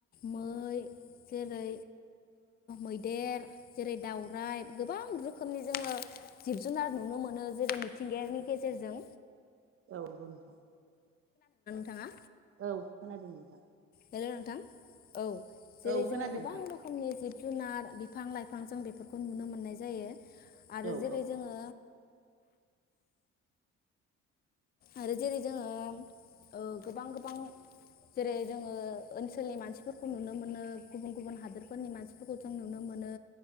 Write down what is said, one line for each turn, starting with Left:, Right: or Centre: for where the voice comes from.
Left: मै जेरै मैदेर जेरै दउराइ गोबां रोखोमनि जोङो जिब जुनार नुनो मोनो जेरै मिथिंगायनि गेजेरजों
Right: औ नंगों नोंथां
Left: थाङा
Right: औ खोनादों नोंथां
Left: हेल' नोंथां औ जेरै
Right: औ खोनादों
Left: जोंङो गोबां
Right: नोंथां
Left: रोखोमनि जिब जुनार बिफां लाइफां जों बेफोरखौ नुनो मोननाय जायो। आरो
Right: औ
Left: जेरै
Right: औ
Left: जोङो आरो जेरै जोङो ओ ओ गोबां गोबां जेरै जोङो ओ ओनसोलनि मानसिफोरखौ नुनो मोनो गुबुन गुबुन हादोरफोरनि मानसिफोरखौ जों नुनो मोनो